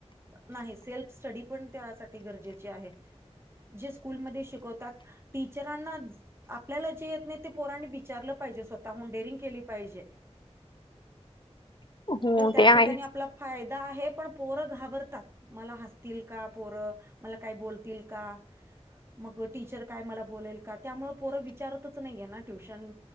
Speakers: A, on the right (about 20°); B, on the left (about 45°).
A: नाही सेल्फ स्टडी पण त्यासाठी गरजेचे आहे. जे स्कूलमध्ये शिकवतात. टीचरांना आपल्याला जे येत नाही. ते पोरांनी विचारल पाहिजे स्वतःहून डेरिंग केली पाहिजे.
B: हो
A: तर त्या
B: ते आहेच
A: ठिकाणी आपला. फायदा आहे पण पोर घाबरतात मला हसतील. का पोर मला काय बोलतील का मग टिचर काय मला बोलेल का त्यामुळे. पोर विचारतच नाहीये ना ट्युशन